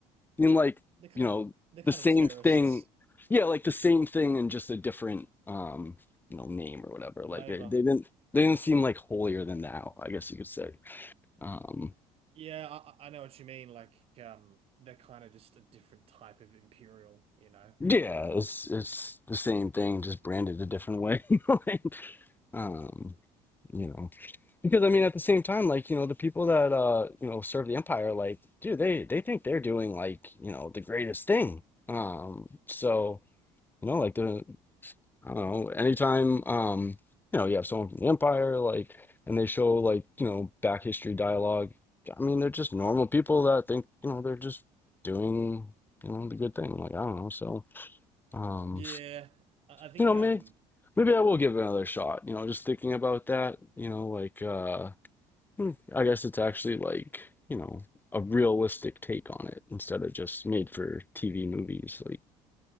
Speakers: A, on the left; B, on the right.
A: seem like,
B: They're kind
A: you know,
B: of they're
A: the
B: kind
A: same
B: of terrorists
A: thing. Yeah, like the same thing in just a different um, you know, name or whatever. Like
B: flavor.
A: they, they didn't they didn't seem like holier than thou, I guess you could say. Um,
B: Yeah, I, I know what you mean. Like, um, they're kind of just a different type of imperial, you know.
A: yeah, it's it's the same thing, just branded a different way. <laughs> um you know because i mean at the same time like you know the people that uh you know serve the empire like dude they they think they're doing like you know the greatest thing um so you know like the i don't know anytime um you know you have someone from the empire like and they show like you know back history dialogue i mean they're just normal people that think you know they're just doing you know the good thing like i don't know so um
B: Yeah, I, I think
A: you know
B: um,
A: maybe maybe i will give it another shot you know just thinking about that you know like uh. Hmm, I guess it's actually like, you know, a realistic take on it instead of just made for TV movies. Like,